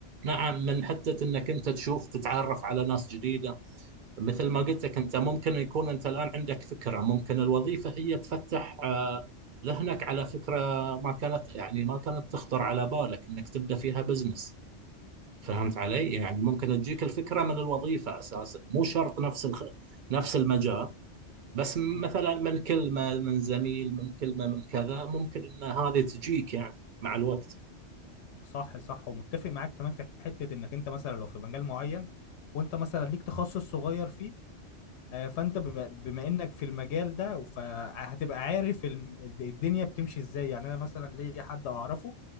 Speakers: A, on the right; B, on the left.
A: نعم من حتة انك انت تشوف تتعرف على ناس جديدة مثل ما
B: مم.
A: قلت لك انت ممكن يكون انت الان عندك فكرة ممكن الوظيفة هي تفتح آه، ذهنك على فكرة ما كانت يعني ما كانت تخطر على بالك انك تبدأ فيها بزنس فهمت علي؟ يعني ممكن تجيك الفكرة من الوظيفة اساسا مو شرط نفس الخ... نفس المجال بس
B: مم.
A: مثلا من كلمة من زميل من كلمة من كذا ممكن ان هذه تجيك يعني مع الوقت
B: صح صح ومتفق معاك كمان في حتة انك انت مثلا لو في مجال معين وانت مثلا ليك تخصص صغير فيه آه، فانت بما بما انك في المجال ده فهتبقى عارف الم- الدنيا بتمشي ازاي يعني انا مثلا ليا حد اعرفه